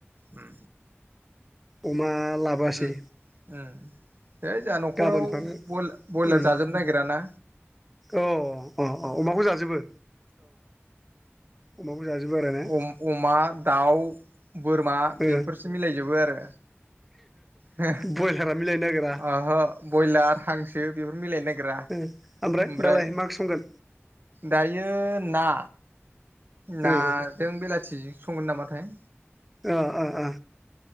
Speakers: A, on the right; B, in the centre.
A: उम
B: अमा लाबोआसै?
A: उम उम है जोंहा न'खराव
B: गाबोनफोर
A: बइ-बइलार
B: उम
A: जाजोबनो नागिर ना
B: अ अ अ अमाखौ जाजोबो? अमाखौ जाजोबो आरो ने
A: अ-अमा, दाउ, बोरमा
B: ओ
A: बेफोरसो मिलायजोबो आरो। हे
B: बयलारा मिलायनो नागिरा
A: ओहो बइलार हांसो बेफोर मिलायनो नागि रा
B: ओ
A: ओमफ्राय
B: दालाय मा ओंख्रि संगोन
A: दायो ना। नाजों
B: ओ
A: बेलाथि संगोन नामाथाय।
B: ओ ओ ओ